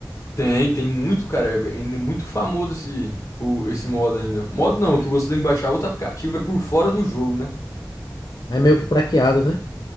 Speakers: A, on the left; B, on the left.
A: Tem, tem muito, cara. É é muito famoso esse, o, esse modo ainda. Modo não, que você tem que baixar outro aplicativo, é por fora do jogo, né?
B: É meio que craqueado, né?